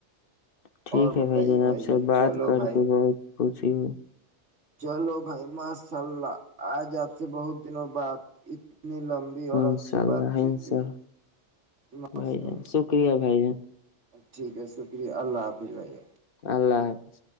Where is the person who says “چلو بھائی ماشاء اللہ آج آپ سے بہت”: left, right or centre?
Right